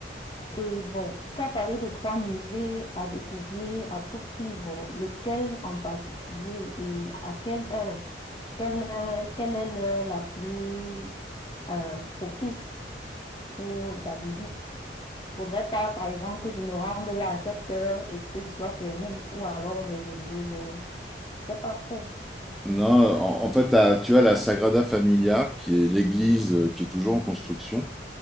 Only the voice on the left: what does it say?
Et bon, tu as parlé de trois musées à découvrir à tout prix. Bon, lequel en particulier et à quelle heure? Quelle, heure- quelle est l'heure la plus euh, propice pour la visite? Il ne faudrait pas, par exemple, que je me rende là à 7 heures et que ce soit fermé ou alors vers 22 heures. Je ne sais pas trop.